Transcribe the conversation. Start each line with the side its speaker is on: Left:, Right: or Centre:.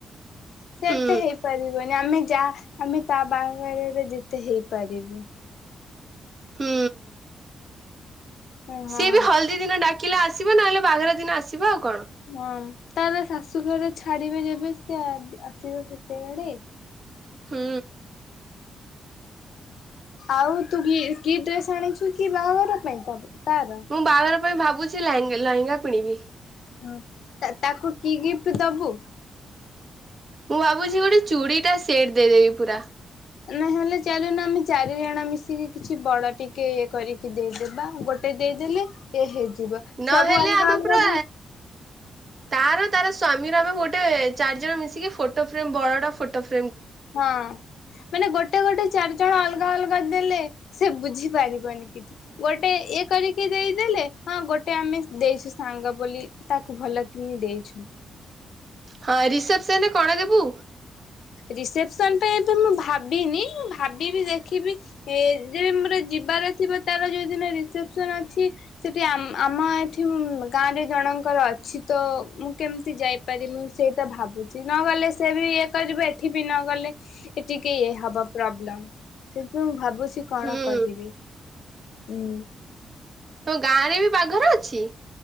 Left: ସେ
Right: ହୁଁ
Left: ଏତେ ହେଇପାରିବନି ଆମେ ଯା ଆମେ ତା ବାହାଘରରେ ଯେତେ ହେଇପାରିବୁ
Right: ହୁଁ
Left: ହଁ।
Right: ସିଏ ବି ହଳଦୀ ଦିନ ଡା ଆସିଲେ ଆସିବ ନହେଲେ ବାହାଘର ଦିନ ଆସିବ ଆଉ କଣ
Left: ହଁ ତାର ଶାଶୁଘରେ ଛାଡିବେ ଯେବେ ସେ ଆସିବ ସେତେବେଳେ
Right: ହୁଁ
Left: ଆଉ ତୁ କି କି ଡ୍ରେସ୍ ଆଣିଛୁ କି ବାହାଘର ପାଇଁ ତୋର ତାର?
Right: ମୁଁ ବାହାଘର ପାଇଁ ଭାବୁଛି ଲ ଲେହେଙ୍ଗା ପିଣିବି।
Left: ହଁ ତାକୁ କି ଗିଫ୍ଟ ତୁ ଦବୁ
Right: ମୁଁ ଭାବୁଛି ଗୋଟେ ଚୁଡ଼ି ଟା ସେଟ୍ ଦେଇଦେବି ପୁରା।
Left: ନ ହେଲେ ଚାଲେ ନା ଆମେ ଚାରିଜଣ ମିଶିକି କିଛି ବଡ ଟିକେ କରିକି ଦେଇଦବା ଗୋଟେ ଦେଇଦେଲେ ଇଏ ହେଇଯିବ।
Right: ନହେଲେ
Left: ସବୁ ଅଲଗା
Right: ଆମ
Left: ଅଲଗା
Right: ପୁରା
Left: ବୁଝ
Right: ତାର ତାର ସ୍ୱାମୀ ର ଆମେ ଗୋଟେ ଚାରି ଜଣ ମିଶିକି ଫଟୋ ଫ୍ରେମ ବଡଟା ଫଟୋ ଫ୍ରେ
Left: ହଁ ମାନେ ଗୋଟେ ଗୋଟେ ଚାରିଜଣ ଅଲଗା ଅଲଗା ଦେଲେ ସେ ବୁଝି ପାରିବନି କିଛି ଗୋଟେ ଇଏ କରିକି ଦେଇଦେଲେ ହଁ ଗୋଟେ ଆମେ ଦେଇଛୁ ସାଙ୍ଗ ବୋଲି ତାକୁ ଭଲ କିନି ଦେଇଛୁ।
Right: ହଁ ରିସେପସନରେ କଣ ଦେବୁ?
Left: ରିସେପସନ ପାଇଁ ଏବେ ମୁଁ ଭାବିନି ଭାବିବି ଦେଖିବି ଏ ଯେ ମୋର ଯିବାର ଥିବ ତାର ଯୋଉଦିନ ରିସେପସନ ଅଛି ସେଠି ଆମ ଏଠି ଗାଁରେ ଜଣଙ୍କର ଅଛି ତ ମୁଁ କେମିତି ଯାଇପାରିବି। ସେଇଟା ଭାବୁଛି ନ ଗଲେ ସେ ବି ଏ <unintelligible> ଏଠି ବି ନ ଗଲେ ଟିକେ ହବ ପ୍ରୋବ୍ଲେମ୍ ସେଥିପାଇଁ ମୁଁ ଭାବୁଛି ବୁଛି କଣ
Right: ହୁଁ
Left: କରିବି ହୁଁ।
Right: ତମ ଗାଁ ରେ ବି ବାଘରେ ଅଛି?